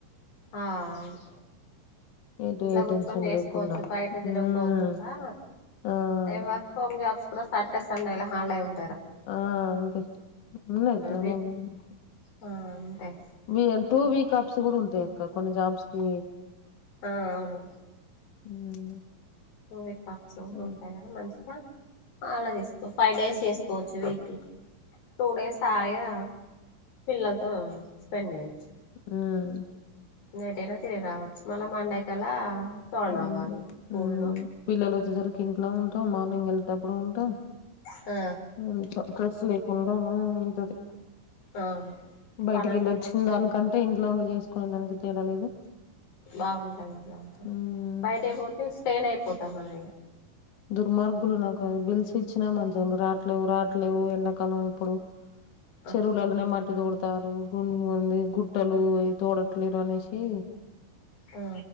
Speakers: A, on the left (about 85°); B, on the left (about 60°).
A: ఆ అవును
B: ఎటు
A: ఇంట్లో
B: ఏ
A: కూర్చొని
B: టెన్షన్
A: నేసుకోవచ్చు
B: లేకుండా
A: బయట తిరగ
B: మ్మ్
A: కోకుండా
B: ఆ
A: ఎవర్ హోమ్ జాబ్స్ కూడా సాటర్డే సండే హాల్డై ఉం
B: ఆ ఉంటయ్ ఉన్నయ్ దోమల్
A: వీక్
B: గూడ
A: ఆ ఉంటయ్
B: we and two week offs గూడుంటాయ్ అక్కా కొన్ని జాబ్స్ కీ
A: ఆ అవును
B: ఉమ్
A: టూ వీక్ ఆఫ్స్
B: ఉమ్
A: ఉంటాయి గదా మంచిగా అలా తీసుకో ఫైవ్ డేస్ తీసుకోవచ్చు వీక్లి టూ డేస్ హాయిగా పిల్లలతో స్పెండ్ చేయొచ్చు
B: ఉమ్
A: ఇంగ ఏటైనా తిరిగి రావచ్చు మళ్ళా మండే కల్లా ఫౌండ్
B: ఉమ్,
A: అవ్వాలి ఫోర్
B: ఉమ్.
A: ల్లోపే
B: పిల్లలు వచ్చేసరికి ఇంట్లో ఉంటాం మార్నింగ్ వెళ్ళెటప్పుడు ఉంటాం
A: ఆ
B: ఇంట్లో కట్స్ లేకుండాను ఉంటది
A: అవును
B: బయటికి
A: పనంతా
B: వెళ్ళి వచ్చిన దానికి అంటే ఇంట్లో ఉండి చేసుకునే దానికి తేలువలేదు
A: బాగుంటది ఇంట్లా ఉంటే
B: ఉమ్
A: బయటికిపోతే స్ట్రెయిన్ అయిపోతాం మనం ఇగ
B: దుర్మార్గులు నాకు బిల్స్ ఇచ్చినా మధ్య రాట్లేవు రాట్లేవు ఎండాకాలం ఇప్పుడు
A: <inaudible>
B: చెరువులలోనే మట్టి తోడుతారు గు ఉంది గుట్టలు అవి తోడట్లేరు అనేషి
A: ఆ